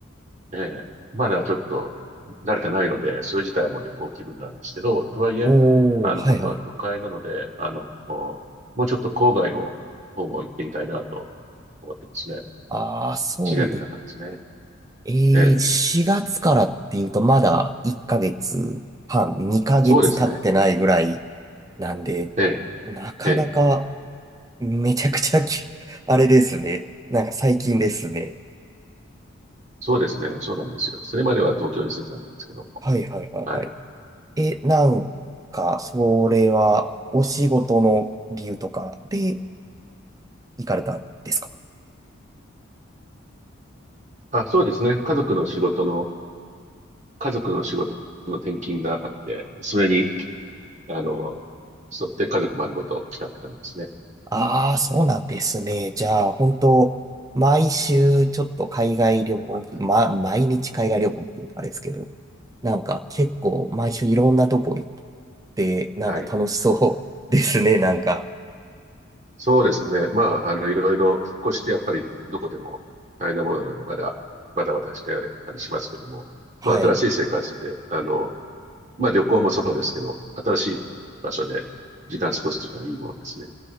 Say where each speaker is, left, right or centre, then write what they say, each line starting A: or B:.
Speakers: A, on the right; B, on the right.
A: えー、まだちょっと慣れてないので、それ自体も旅行気分なんですけど、とはいえ、
B: おー、
A: あの、
B: はいはい。
A: ここは都会なので、あの、もうちょっと郊外の方も行ってみたいなと思ってますね。
B: あー、そうです。
A: 自然の中ですね。
B: えー、
A: えー、
B: 4月からっていうとまだ1ヶ月半、2ヶ月経ってないぐらい
A: そうですね。
B: なんで、
A: え
B: なかなか
A: ー、えー、
B: めちゃくちゃき、<laughs> あれですね。なんか最近ですね。
A: そうですね。そうなんですよ。それまでは東京に住んでたんですけども。
B: はいはいはいはい。
A: はい。
B: え、なんか、それは、お仕事の理由とかで行かれたんですか
A: あ、そうですね。家族の仕事の家族の仕事の転勤があって、それに、あの、沿って家族丸ごと来たって感じですね。
B: ああー、そうなんですね。じゃあ、本当毎週ちょっと海外旅行気、
A: えっと
B: ま、毎日海外旅行っていうとあれですけど、なんか結構毎週いろんなとこ行って、なんか楽しそうですね、
A: はい。
B: なんか。
A: そうですね。まあ、あの、いろいろ引っ越しってやっぱりどこでも大変なものなので、まだ、バタバタしてたりしますけども、
B: はい。
A: まあ、新しい生活って、あの、まあ、旅行もそうですけど、新しい場所で時間過ごすというのはいいものですね。